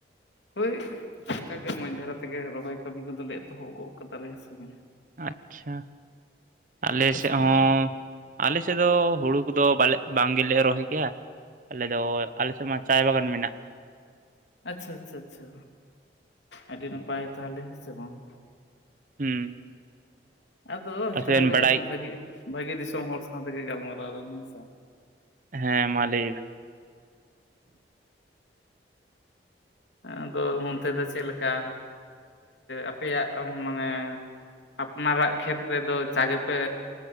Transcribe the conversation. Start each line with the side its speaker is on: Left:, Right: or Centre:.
Left: ᱦᱳᱭ ᱚᱱᱠᱟᱜ ᱜᱮ ᱢᱚᱸᱡᱽ ᱫᱷᱟᱨᱟ ᱛᱮᱜᱮ ᱨᱚᱦᱚᱭ ᱠᱟᱹᱢᱤ ᱠᱚᱫᱚᱞᱮ ᱮᱛᱚᱦᱚ ᱜᱚᱫ ᱠᱟᱫᱟᱞᱮ ᱦᱮ ᱥᱮ ᱵᱟᱝ,
Right: ᱟᱪᱪᱷᱟ ᱟᱞᱮ
Left: ᱟᱯᱮ
Right: ᱥᱮᱫ ᱦᱚᱸᱼᱼ
Left: ᱫᱚ
Right: ᱟᱞᱮ ᱥᱮᱫ ᱫᱚ ᱦᱩᱲᱩ ᱠᱚᱫᱚ ᱵᱟᱞᱮ ᱵᱟᱝ ᱜᱮᱞᱮ ᱨᱚᱦᱚᱭ ᱜᱮᱭᱟ᱾ ᱟᱞᱮᱫᱚ ᱟᱞᱮᱥᱮᱫ ᱢᱟ ᱪᱟᱭ ᱵᱟᱜᱟᱱ ᱢᱮᱱᱟᱜ
Left: ᱟᱪᱪᱷᱟ ᱟᱪᱪᱷᱟ ᱟᱪᱪᱷᱟ ᱟᱹᱰᱤ ᱱᱟᱯᱟᱭ ᱛᱟᱦᱮ ᱦᱮᱸ ᱥᱮ ᱵᱟᱝ᱾
Right: ᱦᱩᱸ
Left: ᱟᱫᱚ
Right: ᱯᱟᱥᱮᱡ
Left: ᱛᱟᱦᱚᱞᱮ
Right: ᱵᱮᱱ ᱵᱟᱰᱟᱭ
Left: ᱵᱷᱟᱜᱤ ᱵᱷᱟᱹᱜᱤ ᱫᱤᱥᱚᱢ ᱦᱚᱲ ᱥᱟᱶ ᱛᱮᱜᱮ ᱜᱟᱞᱢᱟᱨᱟᱣᱫᱟᱹᱧ ᱦᱮᱸᱥᱮ᱾
Right: ᱦᱮᱸ ᱢᱟ ᱞᱟᱹᱭ ᱵᱮᱱ?
Left: ᱟᱫᱚ ᱚᱱᱛᱮ ᱫᱚ ᱪᱮᱫ ᱞᱮᱠᱟ ᱟᱯᱮᱭᱟᱜ ᱢᱟᱱᱮᱼᱼ ᱟᱯᱱᱟᱨᱟᱜ ᱠᱷᱮᱛ ᱨᱮᱫᱚ ᱪᱟ ᱜᱮᱯᱮᱼᱼ